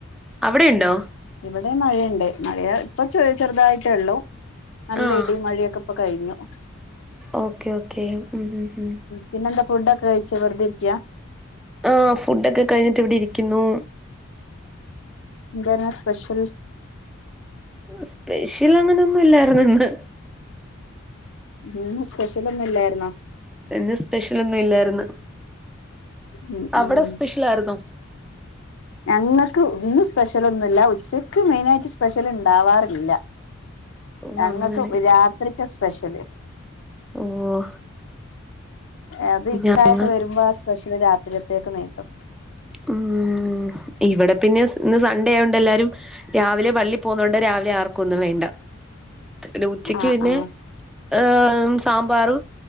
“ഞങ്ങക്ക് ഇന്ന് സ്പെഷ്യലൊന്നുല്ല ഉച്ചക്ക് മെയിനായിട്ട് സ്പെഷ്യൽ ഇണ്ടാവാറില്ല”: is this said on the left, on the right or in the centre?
Left